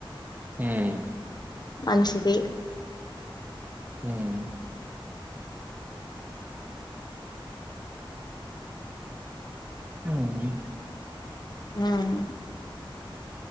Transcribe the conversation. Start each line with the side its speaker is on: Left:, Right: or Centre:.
Right: మ్మ్ హ్
Left: మంచిది
Right: మ్మ్ ఉమ్మ్
Left: ఊ మ్మ్